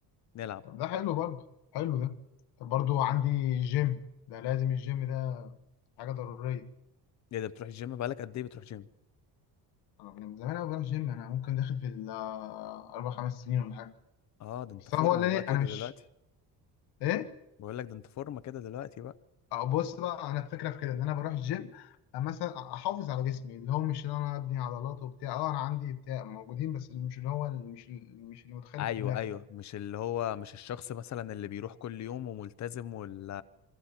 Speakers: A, on the left (about 45°); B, on the left (about 75°).
A: نلعب
B: طب ده حلو برضه حلو ده طب برضه عندي جيم ده لازم الجيم ده حاجه ضروريه
A: ايه ده بتروح الجيم بقالك قد ايه بتروح جيم
B: أنا من زمان أوي بروح جيم أنا ممكن داخل في ال آه، أربع خمس سنين ولا حاجة
A: اه ده انت
B: بس
A: فورمة
B: هو اللي
A: بقى
B: إيه
A: كده
B: أنا مش
A: دلوقتي
B: إيه
A: بقول لك ده انت فورمة كده دلوقتي بقى
B: أو بص بقى أنا الفكرة في كده إن أنا بروح الجيم آه، مثلا أحافظ على جسمي اللي هو مش إن أنا أبني عضلات وبتاع أه أنا عندي بتاع موجودين بس اللي مش اللي هو اللي مش مش اللي متخيل
A: ايوه
B: في دماغك
A: ايوه مش اللي هو مش الشخص مثلا اللي بيروح كل يوم وملتزم وال